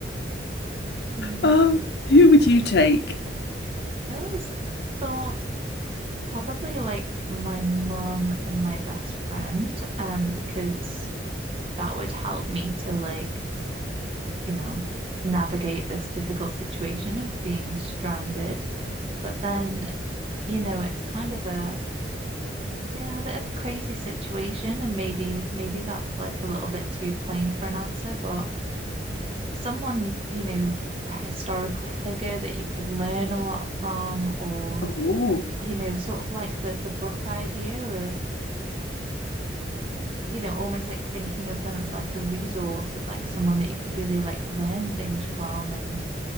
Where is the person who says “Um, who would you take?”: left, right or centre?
Left